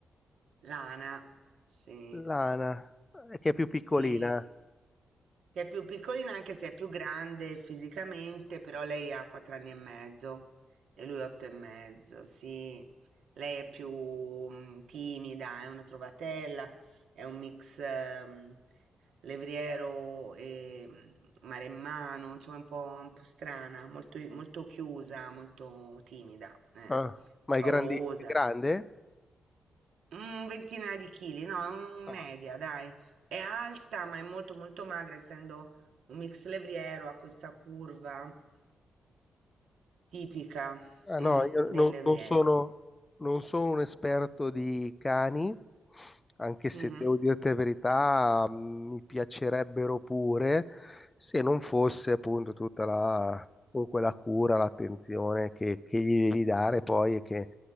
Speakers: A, on the right; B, on the left.
A: Lana, sì,
B: Lana, eh, che è più piccolina?
A: sì. Che è più piccolina anche se è più grande fisicamente, però lei ha quattro anni e mezzo e lui otto e mezzo, sì. Lei è più mm, timida, è una trovatella, è un mix ehm, levriero e mm, maremmano, insomma un po', un po' strana, molto, molto chiusa, molto timida, eh,
B: Ah, ma
A: paurosa.
B: è grandi, è grande?
A: Un ventina di chili, no, è un
B: Ah.
A: media, dai. È alta, ma è molto molto magra, essendo un mix levriero, ha questa curva tipica,
B: Ah,
A: mm,
B: no, io no-
A: del levriero.
B: non sono, non sono un esperto di cani, anche se
A: Mhm.
B: devo dirti la verità, mh, mi piacerebbero pure, se non fosse appunto tutta la, comunque la cura, l'attenzione che, che gli devi dare poi e che